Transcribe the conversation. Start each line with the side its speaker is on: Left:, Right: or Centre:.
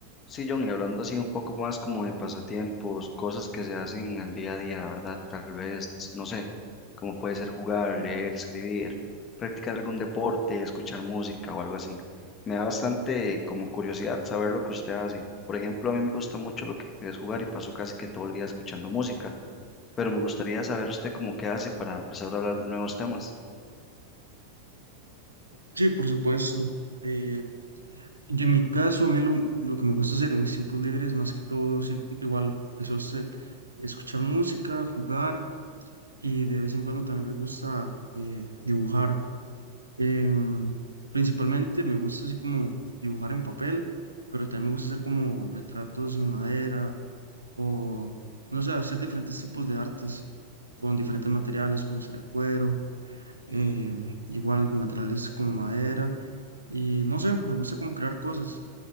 Left: Sí, John, y hablando así un poco más como de pasatiempos, cosas que se hacen al día a día, ¿verdad? Tal vez, no sé, como puede ser jugar, leer, escribir, practicar algún deporte, escuchar música o algo así. Me da bastante como curiosidad saber lo que usted hace. Por ejemplo, a mí me gusta mucho lo que es jugar y paso casi que todo el día escuchando música, pero me gustaría saber usted cómo qué hace para empezar a hablar de nuevos temas.
Right: Sí, por supuesto. Eh, yo en mi caso, a mí lo, lo que me gusta hacer en mis tiempos libres, más que todo, sí, igual, eso es eh, escuchar música, jugar y de vez en cuando también me gusta eh, dibujar. Em, principalmente me gusta así como dibujar en papel, pero también me gusta hacer como retratos en madera o, no sé, hacer diferentes tipos de artes con diferentes materiales como ciracuero, em, igual materiales como madera. Y no sé, me gusta como crear cosas.